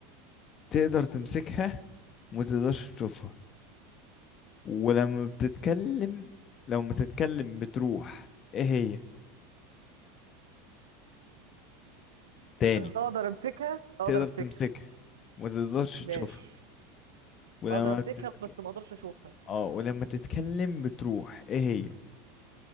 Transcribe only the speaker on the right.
اقدر امسكها اقدر
امسكها
ماشي
اقدر امسكها
بس ما اقدرش اشوفها